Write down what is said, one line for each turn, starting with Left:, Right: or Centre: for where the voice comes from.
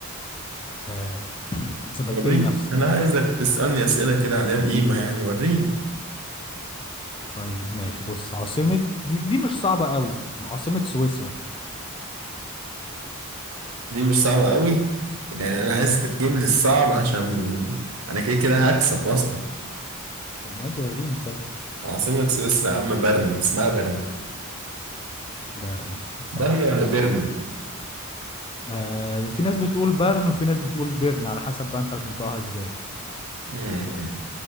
Left: آه <clears throat> ثبتت
Right: وريني
Left: لي نفسك
Right: أنا عايزك تسألني أسئلة كده عليها القيمة يعني وريني
Left: طيب ماشي بص عاصمة دي دي مش صعبة قوي عاصمة سويسرا
Right: دي مش صعبة قوي يعني أنا عايزك
Left: امم
Right: تجيب لي الصعب عشان أنا كده كده هكسب أصلا
Left: طب ماشي وريني طيب
Right: عاصمة سويسرا يا عم برن اسمها برن
Left: برن صح
Right: برن
Left: ماشي
Right: ولا بيرن؟
Left: آه في ناس بتقول برن وفي ناس بتقول بيرن على حسب بقى انت هتنطقها ازاي
Right: امم